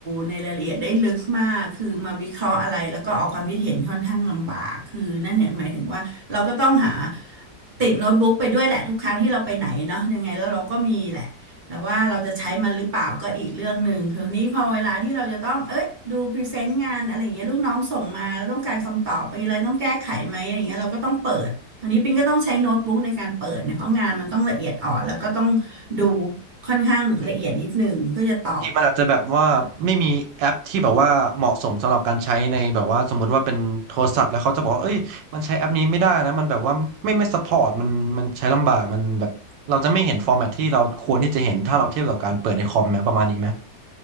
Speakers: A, on the right; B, on the right.
A: ในรายละเอียดได้ลึกมาก คือมาวิเคราะห์อะไรแล้วก็ออกความคิดเห็นค่อนข้างลำบาก คือนั่นเนี่ยหมายถึงว่าเราก็ต้องหาติดโน้ตบุ๊กไปด้วยแหละทุกครั้งที่เราไปไหนเนาะยังไงแล้วเราก็มีแหละ แต่ว่าเราจะใช้มันหรือเปล่าก็อีกเรื่องหนึ่งคือนี้พอเวลาที่เราจะต้องเอ้ยดูพรีเซนต์งานอะไรอย่างเงี้ยลูกน้องส่งมาแล้วต้องการคำตอบมีอะไรต้องแก้ไขไหมอะไรอย่างเงี้ยเราก็ต้องเปิด อันนี้ปิงก็ต้องใช้โน้ตบุ๊กในการเปิดเนี่ยเพราะงานมันต้องละเอียดอ่อนแล้วก็ต้องดูค่อนข้างละเอียดนิดนึงเพื่อจะตอบ
B: ทีมมันอาจจะแบบว่าไม่มีแอปที่แบบว่าเหมาะสมสำหรับการใช้ในแบบว่าสมมุติว่าเป็นโทรศัพท์แล้วเขาจะบอกว่าเอ้ยมันใช้แอปนี้ไม่ได้นะมันแบบว่าไม่ไม่ซัพพอร์ตมันมันใช้ลำบากมันแบบเราจะไม่เห็นฟอร์แมตที่เราควรที่จะเห็นถ้าเราเทียบกับการเปิดในคอมไหมประมาณนี้ไหม